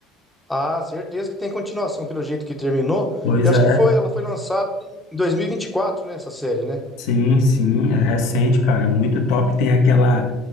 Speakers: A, in the centre; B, on the left.
A: Ah, certeza que tem continuação, pelo jeito que terminou.
B: Pois
A: Eu acho
B: é,
A: que foi, ela foi lançada em dois mil e e vinte e quatro né? Essa série, né?
B: sim, sim, é recente, cara, é muito top. Tem aquela